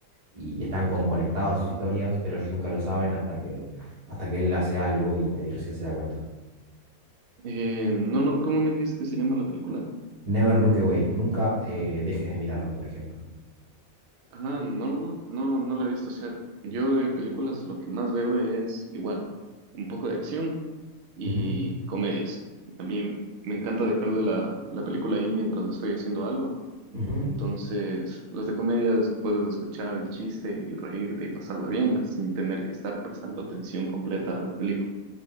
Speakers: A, on the right; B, on the right.
A: y están como conectados sus historias, pero ellos nunca lo saben hasta que, hasta que él hace algo y ahí recién se da cuenta.
B: Eh, no, no, ¿cómo me dijiste que se llama la película?
A: Never Look Away, nunca eh, dejes de mirarme, por ejemplo.
B: Ah, no, no, no, no, no la he visto. O sea, yo de películas lo que más veo es igual, un poco de acción y
A: Ujú,
B: comedias. A mí me encanta dejarle la, la película ahí mientras estoy haciendo algo.
A: ujú.
B: Entonces, las de comedias puedes escuchar el chiste y reírte y pasarla bien sin tener que estar prestando atención completa a la película.